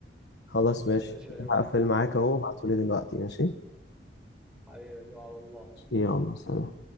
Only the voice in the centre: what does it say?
ماشي يا جو
حبيبي على الله
على الله